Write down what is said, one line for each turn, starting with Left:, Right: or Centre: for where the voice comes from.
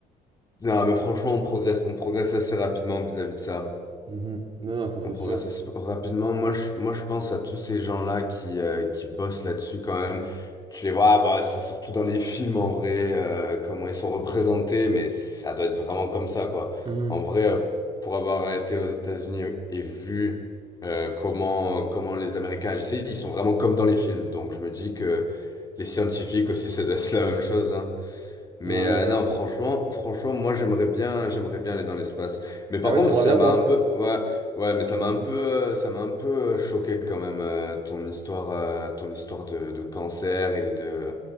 Left: Non, mais franchement, on progresse, on progresse assez rapidement vis-à-vis de ça.
Right: Mhm. Non, non, ça c'est
Left: On progresse
Right: sûr.
Left: assez rapidement. Moi, je, moi, je pense à tous ces gens-là qui, euh, qui bossent là-dessus quand même. Tu les vois, ah, bah, c'est surtout dans les films en vrai, euh, comment ils sont représentés, mais ça doit être vraiment comme ça, quoi.
Right: Mhm.
Left: En vrai, euh, pour avoir été aux États-Unis et vu euh, comment, comment les Américains agissaient, ils sont vraiment comme dans les films. Donc, je me dis que les scientifiques aussi, ça doit être la même chose, hein. Mais
Right: Ouais, ouais.
Left: euh, non, franchement, franchement, moi j'aimerais bien, j'aimerais bien aller dans l'espace. Mais par
Right: Ah ouais,
Left: contre,
Right: t'aimerais
Left: ça
Right: bien
Left: m'a
Right: toi?
Left: un peu, ouais, ouais, mais ça m'a un peu, euh, ça m'a un peu euh, choqué quand même euh, ton histoire, euh, ton histoire de, de cancer et de